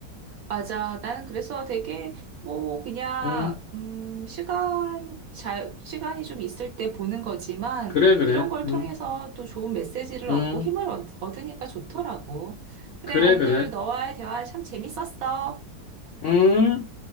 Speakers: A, on the right (about 70°); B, on the left (about 65°).
A: 맞아. 나는 그래서 되게 뭐 그냥
B: 응,
A: 음 시간 잘 시간이 좀 있을 때 보는 거지만
B: 그래, 그래.
A: 이런 걸
B: 응,
A: 통해서 또 좋은 메시지를
B: 응.
A: 얻고 힘을 얻, 얻으니까 좋더라고. 그래,
B: 그래,
A: 오늘
B: 그래.
A: 너와의 대화 참 재밌었어.
B: 음.